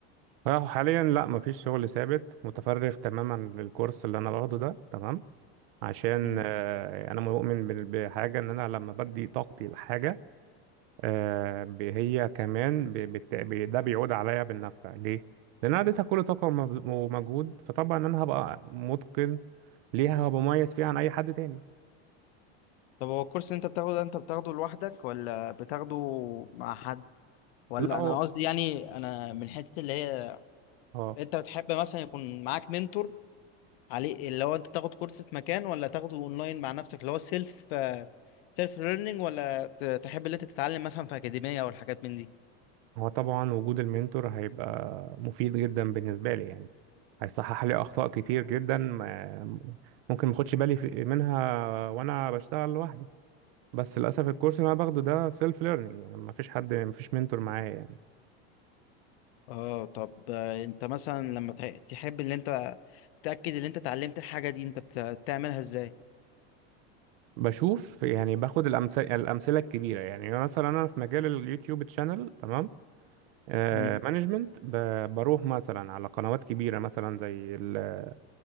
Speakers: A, on the right; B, on the left.
A: آه، حاليا لا مفيش شغل ثابت متفرغ تماما للكورس اللي انا باخده ده تمام عشان
B: مم.
A: آه، انا مؤمن بال- بحاجة ان انا لما بدي طاقتي لحاجة آه، ب- هي كمان ب- بت- ب- ده بيعود عليا بالنفع ليه؟ لأن أنا اديتها كل طاقة ومب- ومجهود فطبعا أنا هبقى متقن ليها هبقى مميز فيها عن أي حد تاني
B: طب هو الكورس اللي انت بتاخده ده انت بتاخده لوحدك ولا بتاخده مع حد ولا
A: لا هو
B: انا
A: مم.
B: قصدي يعني انا من حته اللي هي
A: اه
B: انت بتحب مثلا يكون معاك منتور عليه اللي هو انت تاخد كورس في مكان ولا تاخده اونلاين مع نفسك اللي هو سيلف سيلف ليرنينج ولا ت- تحب اللي انت تتعلم مثلا في اكاديميه او الحاجات من دي
A: هو طبعا وجود المنتور هيبقى مفيد جدا بالنسبة لي يعني هيصحح لي أخطاء كتير جدا ما- ممكن ماخدش بالي في- منها وأنا بشتغل لوحدي بس للأسف الكورس اللي أنا باخده ده سيلف ليرنينج يعني مفيش حد مفيش منتور معايا
B: اه طب آه، انت مثلا لما تح- تحب ان انت تتاكد ان انت اتعلمت الحاجه دي انت بت- بتعملها ازاي
A: بشوف يعني باخد الأمثلة الأمثلة الكبيرة يعني مثلا أنا في مجال اليوتيوب تشانل تمام آه
B: مم.
A: مانجمنت ب- بروح مثلا على قنوات كبيرة مثلا زي ال-